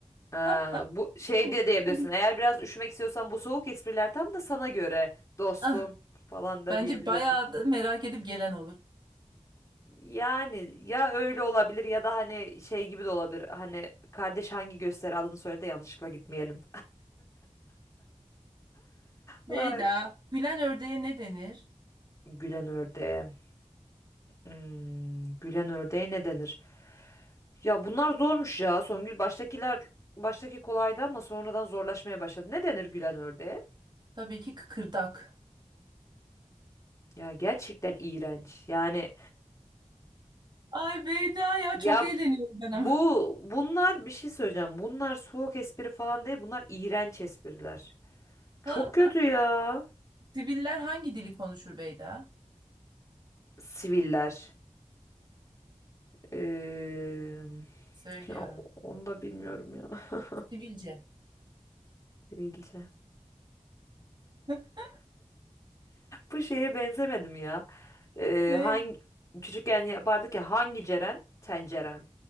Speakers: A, on the left; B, on the right.
A: Ha,
B: <laughs>
A: bu şey diye diyebilirsin.
B: Tabii.
A: Eğer biraz üşümek istiyorsan bu soğuk espriler tam da sana göre dostum
B: Ah,
A: falan da
B: bence
A: diyebilirsin.
B: bayağı da merak edip gelen olur.
A: Yani ya öyle olabilir ya da hani şey gibi de olabilir. Hani kardeş hangi gösteri adını söyle de yanlışlıkla gitmeyelim. Ay.
B: Beyda, gülen ördeğe ne denir?
A: Gülen ördeğe. Hmm, gülen ördeğe ne denir? Ya bunlar zormuş ya Songül. Baştakiler baştaki kolaydı ama sonradan zorlaşmaya başladı. Ne denir gülen ördeğe?
B: Tabii ki kıkırdak.
A: Ya gerçekten iğrenç. Yani
B: Ay Beyda ya
A: ya
B: çok eğleniyorum ben
A: bu
B: ama.
A: bunlar bir şey söyleyeceğim. Bunlar soğuk espri falan değil. Bunlar iğrenç espriler. Çok
B: Ha,
A: kötü ya.
B: siviller hangi dili konuşur Beyda?
A: Siviller. Ee,
B: Söylüyorum.
A: ya onu da bilmiyorum ya. <laughs>
B: Sivilce.
A: Sivilce.
B: <laughs>
A: Bu şeye benzemedim ya. Ee,
B: Ne?
A: hangi küçükken yapardık ya hangi Ceren? Tenceren.